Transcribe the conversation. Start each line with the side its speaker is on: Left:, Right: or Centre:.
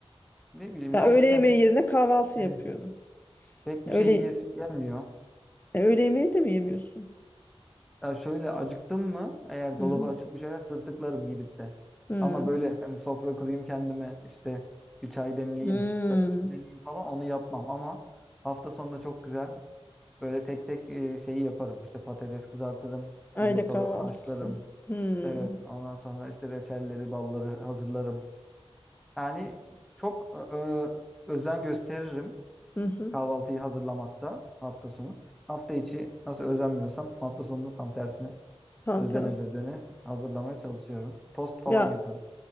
Centre: ne bileyim
Left: Ya
Centre: yalnızken
Left: öğle yemeği
Centre: benim
Left: yerine kahvaltı
Centre: e,
Left: yapıyordum.
Centre: pek
Left: Ya
Centre: bir şey
Left: Öğle,
Centre: yiyesim gelmiyor.
Left: ya öğle yemeği de mi yemiyorsun?
Centre: Ya şöyle acıktım mı eğer
Left: Hmm.
Centre: dolabı açıp bir şeyler tırtıklarım gidip de.
Left: Hmm.
Centre: Ama böyle hani sofra kurayım kendime işte bir çay demleyeyim,
Left: Hmm.
Centre: böyle üzerine falan onu yapmam ama hafta sonunda çok güzel Böyle tek tek e, şeyi yaparım. İşte patates kızartırım,
Left: Aile
Centre: yumurtaları
Left: kahvaltısı.
Centre: haşlarım.
Left: Hmm.
Centre: Evet, ondan sonra işte reçelleri, balları hazırlarım. Yani çok e, e, özen gösteririm
Left: Hı hı.
Centre: kahvaltıyı hazırlamakta hafta sonu. Hafta içi nasıl özenmiyorsam hafta sonunda tam tersine
Left: Tam
Centre: özene
Left: tersi.
Centre: bezene hazırlamaya çalışıyorum. Tost falan
Left: Ya
Centre: yaparım.